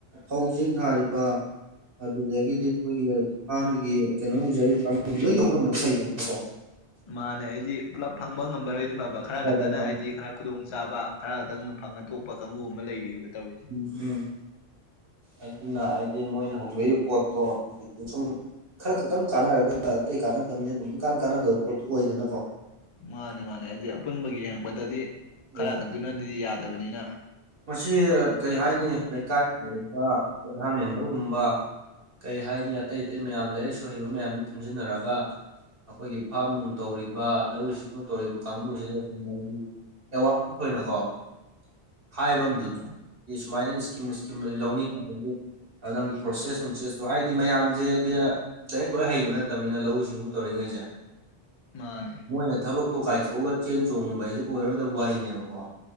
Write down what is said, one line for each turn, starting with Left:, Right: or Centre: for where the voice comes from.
Right: ꯐꯧꯁꯤꯡ ꯊꯥꯔꯤꯕ꯫ ꯑꯗꯨꯗꯒꯤꯗꯤ ꯑꯩꯈꯣꯏꯒꯤ꯫ ꯐꯥꯝꯒꯤ ꯀꯩꯅꯣ ꯎꯖꯔꯤ ꯀꯥꯡꯕꯨ ꯂꯣꯏ ꯌꯧ ꯉꯝꯃꯗꯤ ꯐꯩꯗꯅ ꯀꯣ꯫
Left: ꯃꯥꯅꯦ ꯑꯩꯗꯤ ꯄꯨꯂꯞ ꯐꯪꯕ ꯉꯝꯕꯔꯣꯏꯗꯤ ꯐꯕ ꯈꯔ
Right: ꯎꯝ
Left: ꯈꯛꯇꯅ ꯑꯩꯗꯤ ꯈꯔ꯫ ꯈꯨꯗꯣꯡ ꯆꯥꯕ ꯈꯔ ꯈꯛꯇꯪ ꯐꯪꯉ ꯊꯣꯛꯣꯛꯄ ꯀꯥꯡꯕꯨ ꯑꯃ ꯂꯩꯔꯤꯑꯕ ꯇꯧꯔꯤꯁꯦ꯫
Right: ꯎꯝ ꯑꯗꯨꯅ ꯍꯥꯏꯗꯤ ꯃꯣꯏꯅ ꯍꯧꯗꯣꯛꯏꯕ ꯄꯣꯠꯇꯣ ꯍꯧꯖꯤꯛꯇꯤ ꯁꯨꯝ꯫ ꯈꯔ ꯈꯛꯇꯪ ꯀꯥꯟꯅꯔꯒ ꯑꯇꯩ ꯀꯥꯟꯅꯗꯕꯅꯤꯅ ꯑꯗꯨꯝ ꯏꯀꯥꯟ ꯀꯥꯟꯅꯗꯕ ꯄꯣꯠꯇꯨ ꯑꯣꯏꯗꯅ꯫
Left: ꯃꯥꯅꯦ ꯃꯥꯅꯦ ꯍꯥꯏꯗꯤ ꯑꯄꯨꯟꯕꯒꯤ ꯌꯦꯡꯉꯛꯄꯗꯗꯤ ꯈꯔ
Right: ꯎꯝ
Left: ꯈꯛꯇꯅ꯫ ꯑꯗꯨꯗꯤ ꯌꯥꯗꯕꯅꯤꯅ꯫
Right: ꯃꯁꯤ ꯀꯔꯤ ꯍꯥꯏꯅꯤ ꯂꯩꯀꯥꯏ ꯂꯩꯔꯤꯕ ꯄ꯭ꯔꯙꯥꯟ ꯃꯦꯝꯕꯔꯒꯨꯝꯕ꯫ ꯀꯩ ꯍꯥꯏꯅꯤ ꯑꯇꯩ ꯑꯇꯩ ꯃꯌꯥꯝ ꯂꯩꯔꯁꯨ ꯍꯩꯕ ꯃꯌꯥꯝꯅꯤ ꯄꯨꯟꯁꯤꯟꯅꯔꯒ꯫ ꯑꯩꯈꯣꯏꯒꯤ ꯐꯥꯝ ꯅꯨꯡ ꯇꯧꯔꯤꯕ ꯂꯧꯎ ꯁꯤꯡꯎ ꯇꯧꯔꯤꯕ ꯀꯥꯡꯕꯨꯁꯤꯗ ꯁꯨꯝ ꯃꯒꯤ ꯑꯦꯋꯥꯔꯅꯦꯁ ꯑꯣꯏꯅꯀꯣ ꯍꯥꯏꯕ ꯑꯃꯗꯤ
Left: ꯑꯥ
Right: ꯁꯨꯃꯥꯏꯅ ꯏꯁꯀꯤꯝ ꯏꯁꯀꯤꯝ ꯂꯧꯅꯤꯡꯉꯕꯒꯤ ꯅꯪꯒꯤ ꯄ꯭ꯔꯣꯁꯦꯁ ꯅꯨꯡꯆꯦꯁꯇꯣ ꯍꯥꯏꯗꯤ ꯃꯌꯥꯝꯁꯦ ꯍꯥꯏ ꯂꯔꯤꯦꯛ ꯂꯣꯏ ꯍꯩꯕ ꯅꯠꯇꯕꯅꯤꯅ ꯂꯧꯎ ꯁꯤꯡꯎ ꯇꯧꯔꯤꯉꯩꯁꯦ
Left: ꯃꯥꯅꯦ
Right: ꯃꯣꯏꯅ ꯊꯕꯛꯇꯣ ꯀꯥꯏꯊꯣꯛꯑꯒ ꯆꯦꯟ ꯆꯣꯡꯒꯨꯝꯕ ꯍꯥꯏꯁꯦ ꯑꯣꯏꯔꯣꯏꯗꯕ ꯋꯥꯔꯤꯅꯦꯕꯀꯣ